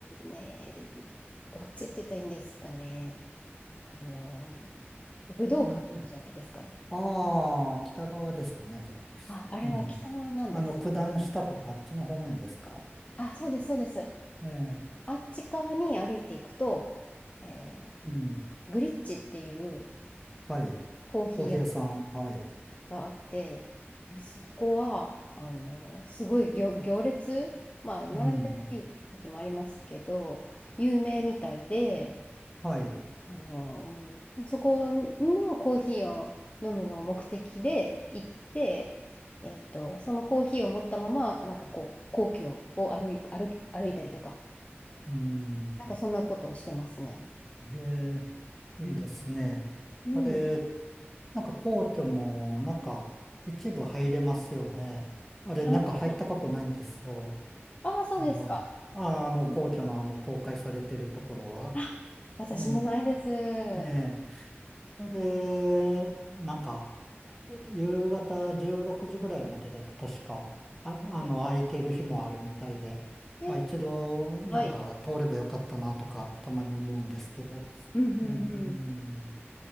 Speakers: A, on the left (about 30°); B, in the centre.
A: ねーどっちって言ったらいいんですかね。あの、武道館あるじゃないですか。
B: えああ、北側ですかね、じゃあ。
A: あ、あれは北なんですね。
B: うん。あの、九段下とかあっちの方面ですか。
A: あ、そうです、そうです。
B: ええ。
A: あっち側に歩いていくと、えー
B: うん。
A: グリッチっていう
B: はい。
A: コーヒー屋
B: コーヒー屋さん。はい。
A: があって、そこは、あの、すごい行、行列、まあ、並んでない時もありますけど、
B: うん。
A: 有名みたいで、
B: はい。
A: あの、そこのコーヒーを飲むのを目的で行って、えっと、そのコーヒーを持ったまま、なんかこう、皇居を歩い、歩き、歩いたりとか、
B: うん。
A: なんかそんなことをしてますね。
B: ええ、
A: うん。
B: いいですね。
A: うん。
B: あれ、なんか皇居も、なんか、一部入れますよね。あれ、
A: あ、
B: 中入ったことないんですよ。
A: はい。ああ、そうですか。
B: あの、あ、あの、
A: うん
B: 皇居のあの、公開されてるところは、
A: あ私もないです。
B: え
A: は
B: え、ええ、それ、なんか、夕方16時ぐらいまでだと確か、あ、あの、
A: い
B: 空いてる日もあるみたいで、
A: で、
B: あ、一度、なんか、
A: はい。
B: 通ればよかったなとか、たまに思うんですけど、
A: うんうんうん。
B: ね、うん、